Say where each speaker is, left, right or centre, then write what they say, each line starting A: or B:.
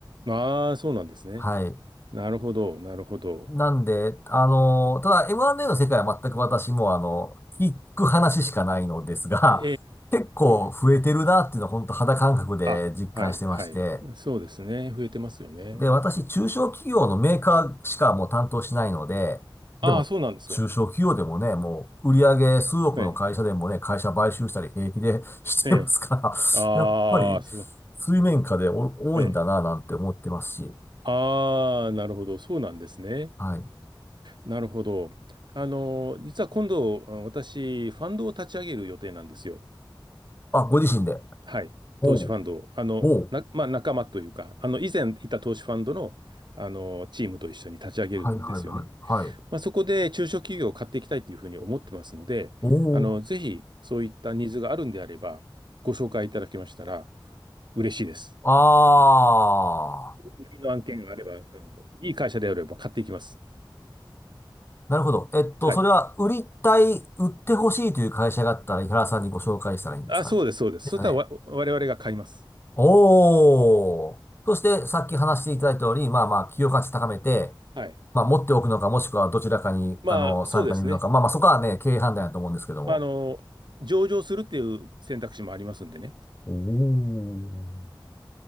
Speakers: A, on the right; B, on the left.
A: ああ、そうなんですね。
B: はい。
A: なるほど、なるほど。
B: なんで、あの、ただ M&A の世界は全く私も、あの、聞く話しかないのですが、
A: え
B: 結構増えてるなっていうのは本当肌感覚で実感してまして、
A: え。あ、はい、はい。そうですね。増えてますよね。
B: で、私、中小企業のメーカーしかもう担当しないので、でも、
A: ああ、そうなんですか。
B: 中小企業でもね、もう、売上数億の会社でもね、
A: ええ、
B: 会社買収したり平気でしてますか
A: ええ。ああ、
B: ら、<laughs> やっぱり、
A: そう、
B: 水面下でお多いんだな、
A: ええ。
B: なんて思ってますし、
A: ああ、なるほど。そうなんですね。
B: はい。
A: なるほど。あの、実は今度、あ私、ファンドを立ち上げる予定なんですよ。
B: あ、ご自身で。
A: はい。
B: おう、
A: 投資ファンドを。あの、
B: おう、
A: な、まあ、仲間というか、あの、以前いた投資ファンドの、あの、チームと一緒に立ち上げるんですよね。
B: はいはいはい、はい。
A: まあ、そこで中小企業を買っていきたいというふうに思ってますので、
B: おう、
A: あの、ぜひそういったニーズがあるんであれば、ご紹介いただけましたら嬉しいです。
B: あー。
A: 売りの案件があれば、うんいい会社であれば買っていきます。
B: なるほど。えっと、
A: はい。
B: それは、売りたい、売ってほしいという会社があったら、井原さんにご紹介したらいいんですかね。
A: あ、そうです、そうです。
B: ですよね。
A: そしたらわ我々が買います。
B: おー。そして、さっき話していただいた通り、まあまあ、企業価値高めて、
A: はい。
B: まあ、持っておくのか、もしくはどちらかに、
A: まあ、
B: あの、
A: そうですね。
B: 参加にいるのか。まあまあ、そこはね、経営判断だと思うんですけども。
A: まああの、上場するっていう選択肢もありますんでね。
B: おー。